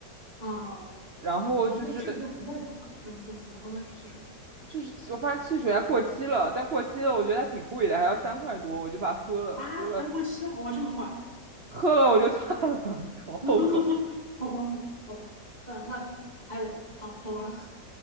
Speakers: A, on the left; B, on the right.
A: 嗯，
B: 然后就是
A: 哦，那这个就很正常了，就就普通的汽水
B: 就是我发现汽水还过期了，但过期了我觉得还挺贵的，还要三块多，我就把它喝了，
A: 啊，
B: 喝了
A: 还过期了，哇，这么坏，
B: 喝了我就算了，<laughs> 好后悔。
A: <laughs> 好吧，好吧，好吧，嗯，那还雷，好，懂了。